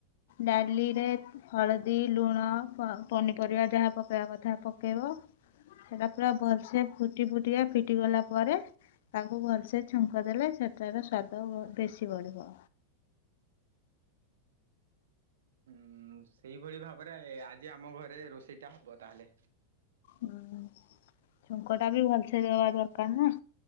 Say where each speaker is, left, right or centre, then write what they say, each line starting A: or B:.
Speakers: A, on the left; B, on the right.
A: ଡାଲିରେ ହଳଦୀ ଲୁଣ ପାଉ। ପନିପରିବା ଯାହା ପକେଇବା କଥା ପକେଇବ। ହେଲାପୁରା ଭଲସେ ଫୁଟି ଫୁଟିକା ଫିଟି ଗଲା ପରେ? ତାକୁ ଭଲସେ ଛୁଙ୍କ ଦେଲେ ସେଠାର ସ୍ୱାଦ ବେଶୀ ବଢ଼ିବ।
B: ହୁଁ ସେଇଭଳି ଭାବରେ ଆଜି ଆମ ଘରେ ରୋଷେଇ ଟା ହବ ତାହେଲେ?
A: ହୁଁ ଛୁଙ୍କ ଟା ବି ଭଲସେ ଦବା ଦରକାର ନା?